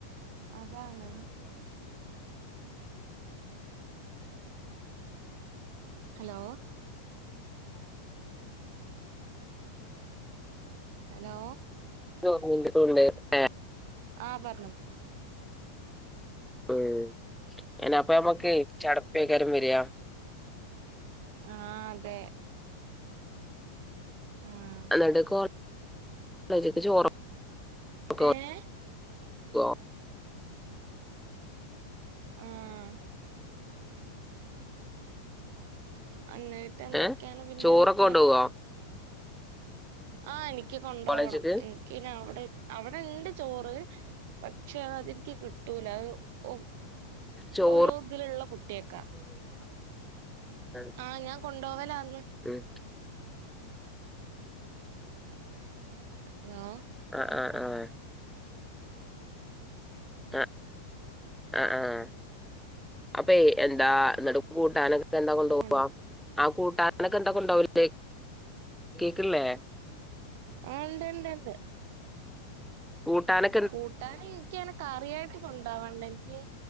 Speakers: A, on the right; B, in the centre.
A: അതാണ് ഹലോ ഹലോ
B: <inaudible>
A: ആഹ പറഞ്ഞു
B: ഉം അഹ് അപ്പ നമ്മുക്ക് ചടപ്പേക്കാരും വരിയാ
A: ആഹ് അതെ ആഹ്
B: എന്നിട്ട് കോ കോളേജക്കെക്ക കൊണ്ടോ
A: ഏഹ്
B: <inaudible>
A: ഉം അന്നായിട്ട് എന്തൊക്കെയാണ്
B: ഏ
A: പിന്നെ
B: ചോറൊക്കെ
A: വർത്താനം
B: കൊണ്ടുപോകോ
A: ആഹ എനിക്ക് കൊണ്ടു
B: കോളേജിക്ക്
A: പോണം എനിക്ക അവിടെ അവിടെ ഉണ്ട് ചോറ് പക്ഷെ അ അതെനിക്ക് കിട്ടൂല അത് ഓ
B: ചോറ്
A: ഓരോ ഇതിലുള്ള കുട്ടിയൊക്കാ
B: അഹ്
A: ആഹ് ഞാൻ കൊണ്ടോവലാന്ന്
B: ഉം
A: ഹലോ
B: ആഹാ ആഹ് ആഹ് ആഹ് ആഹ് ആഹ് അപ്പയ് എന്താ ഇന്നട്ട് കൂട്ടാനൊക്കെ എന്താ
A: അപ്പൊ
B: കൊണ്ടോവാ
A: കൊണ്ട്
B: ആഹ് കൂട്ടാനൊക്കെ എന്താ കൊണ്ടോവല് കേക്ക്ല്ലേ
A: ആഹ് ഇണ്ട് ഇണ്ട് ഇണ്ട്
B: കൂട്ടാന്
A: കൂട്ടാന് ഇനൻക്കങ്ങനെ കറിയായിട്ട് കൊണ്ടവണ്ട ഇൻക്ക്